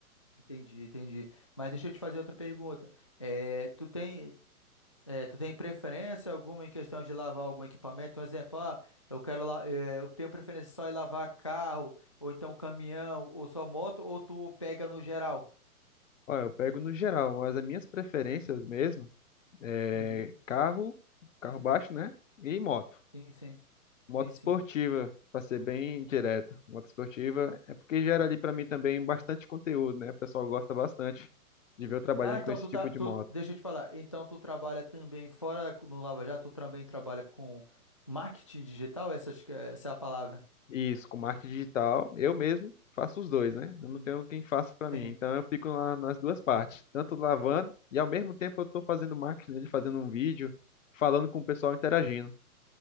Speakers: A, on the left; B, on the left.
A: Entendi, entendi. Mas deixa eu te fazer outra pergunta. Eh, tu tem, eh, tu tem preferência alguma em questão de lavar algum equipamento? Um exemplo, ah, eu quero la- eh, eu tenho preferência só em lavar carro, ou então caminhão, ou só moto, ou tu pega no geral?
B: Ó, eu pego no geral, mas as minhas preferências mesmo é
A: Uhum.
B: carro, carro baixo, né? E moto.
A: Sim, sim,
B: Moto
A: sim, sim.
B: esportiva, para ser bem direto. Moto esportiva é porque gera ali para mim também bastante conteúdo, né? O pessoal gosta bastante de ver eu trabalhando
A: Ah, então
B: com esse
A: tu
B: tipo
A: tá,
B: de
A: tu,
B: moto.
A: deixa eu te falar. Então tu trabalha também fora no Lava Jato, tu também trabalha com marketing digital, essas, que- essa é a palavra.
B: Isso, com marketing digital, eu mesmo faço os dois, né?
A: Uhum.
B: Eu não tenho quem faça para
A: Sim.
B: mim. Então eu fico lá nas duas partes, tanto lavando e ao mesmo tempo eu estou fazendo marketing, né? fazendo um vídeo, falando com o pessoal interagindo.